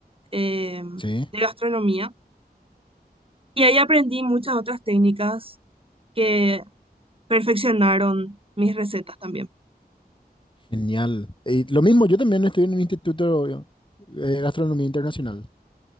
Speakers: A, on the right (about 35°); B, on the left (about 30°).
A: eh,
B: sí.
A: de Gastronomía Y ahí aprendí muchas otras técnicas que perfeccionaron mis recetas también.
B: Genial. Y lo mismo, yo también estoy en un instituto eh, de gastronomía internacional